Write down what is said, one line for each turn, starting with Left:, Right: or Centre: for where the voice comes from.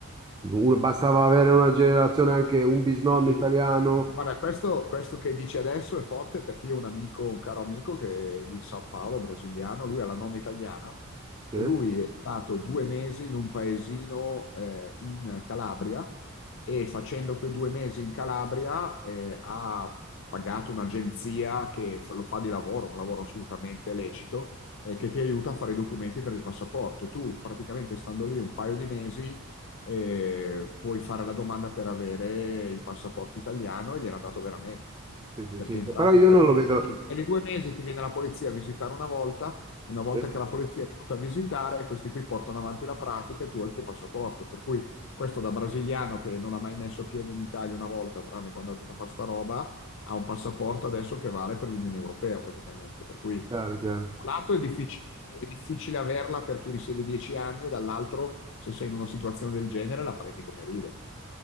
Right: Uno- bastava avere una generazione, anche un bisnonno
Left: Sì.
Right: italiano,
Left: Guarda, questo, questo che dici adesso è forte perché io ho un amico, un caro amico che è di San Paolo, brasiliano, lui ha la nonna italiana e
Right: eh?
Left: lui è stato due mesi in un paesino eh, in Calabria e facendo quei due mesi in Calabria eh, ha pagato un'agenzia che fa- lo fa di lavoro, un lavoro assolutamente lecito, eh, che ti aiuta a fare i documenti per il passaporto. E tu praticamente stando lì un paio di mesi eh, puoi fare la domanda per avere il passaporto italiano e gliel'ha dato veramente.
Right: Sì, sì,
Left: Perché
Right: sì.
Left: in pratica
Right: Però io non
Left: tu
Right: lo vedo...
Left: sei- ogni due mesi ti viene la polizia a visitare una volta, una volta
Right: Eh?
Left: che la polizia è venuta a visitare, questi qui portano avanti la pratica e tu hai il tuo passaporto. Per cui questo da brasiliano che non ha mai messo piede in Italia una volta, tranne quando è andato a fare sta roba, ha un passaporto adesso che vale per l'Unione Europea praticamente. Per cui
Right: Chiaro, chiaro.
Left: un lato è difficile, è difficile averla per chi risiede dieci anni, e dall'altro, se sei in una situazione del genere, la prendi come ridere.